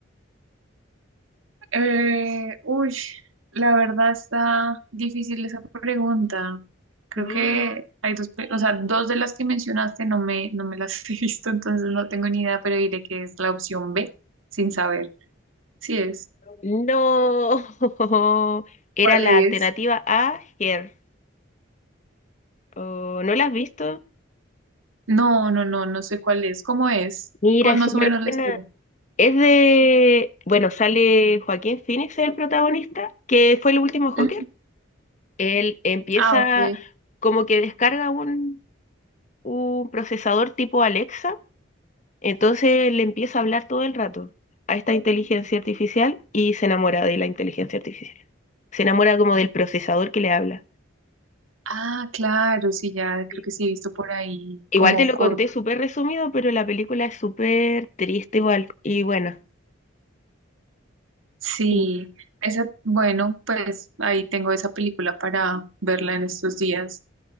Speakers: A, on the right; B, on the left.
A: Eh, uy, la verdad está difícil esa pregunta. Creo
B: Mm.
A: que hay dos, pe- o sea, dos de las que mencionaste no me, no me las <laughs> he visto, entonces no tengo ni idea, pero diré que es la opción B, sin saber. Sí es.
B: No. <laughs> Era
A: ¿Cuál
B: la
A: es?
B: alternativa A. Her. Oh, ¿no la has visto?
A: No, no, no, no sé cuál es. ¿Cómo es?
B: Mira,
A: ¿cuál
B: es
A: más
B: súper
A: o menos la
B: buena.
A: historia?
B: Es de... Bueno, sale Joaquín Phoenix, el protagonista, que fue el último Joker.
A: Ujú.
B: Él empieza
A: Ah, ok.
B: como que descarga un, un procesador tipo Alexa, entonces le empieza a hablar todo el rato a esta inteligencia artificial y se enamora de la inteligencia artificial. Se enamora como del procesador que le habla.
A: Ah, claro, sí, ya creo
B: Sí.
A: que sí he visto por ahí
B: Igual
A: como
B: te lo
A: corto.
B: conté súper resumido, pero la película es súper triste igual. Y bueno,
A: Sí,
B: sí.
A: esa, bueno, pues ahí tengo esa película para verla en estos días.